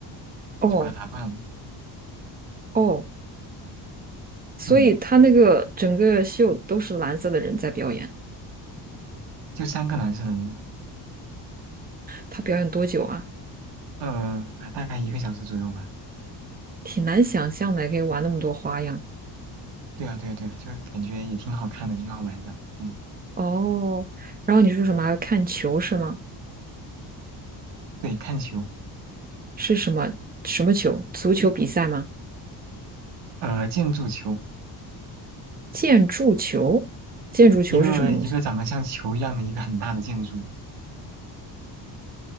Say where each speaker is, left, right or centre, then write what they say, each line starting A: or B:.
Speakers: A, on the right (about 20°); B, on the right (about 70°).
A: 哦
B: 就把它打断了，
A: 哦，所以它那个整个秀都是蓝色的人在表演。
B: 嗯。就三个男生，
A: 他表演多久啊？
B: 呃，大概一个小时左右吧。
A: 挺难想象的，可以玩那么多花样。
B: 对啊，对啊，对啊，就感觉也挺好看的，挺好玩的。嗯，
A: 哦，然后你说什么还要看球是吗？
B: 对，看球，
A: 是什么什么球？足球比赛吗？
B: 呃，建筑球，
A: 建筑球？建筑球是什么东西？
B: 一个一个长得像球一样的一个很大的建筑，